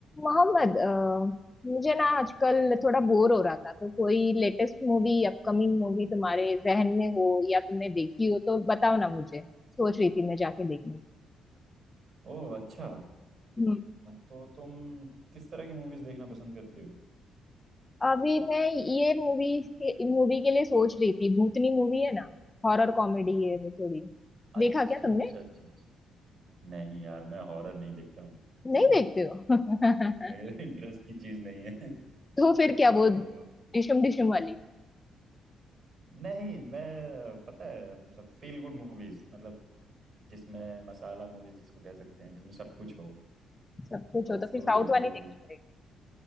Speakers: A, on the left; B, on the right.
A: मोहम्मद अ, मुझे ना आजकल थोड़ा बोर हो रहा था तो कोई लेटेस्ट मूवी अपकमिंग मूवी तुम्हारे जहन में हो या तुमने देखी हो तो बताओ ना मुझे सोच रही थी मैं जाके देखने की
B: ओह अच्छा अ,
A: हम्म
B: तो तुम किस तरह की मूवीज देखना पसंद करते हो
A: अभी मैं ये मूवी के मूवी के लिए सोच रही थी भूतनी मूवी है ना हॉरर कॉमेडी है वो थोड़ी
B: अच्छा
A: देखा क्या तुमने
B: अच्छा अच्छा नहीं यार मैं हॉरर नहीं देखता हूँ
A: नहीं देखते हो
B: मेरे
A: <laughs>
B: <laughs> इंटरेस्ट की चीज नहीं है <laughs>
A: तो फिर क्या
B: तो
A: वो डिशम डिशम वाली
B: नहीं मैं पता है मतलब फील गुड मूवीज मतलब जिसमें मसाला मूवीज जिसको कह सकते हैं जिसमें सब कुछ हो
A: सब कुछ हो तो
B: स्टोरी
A: फिर साउथ वाली
B: भी
A: देखना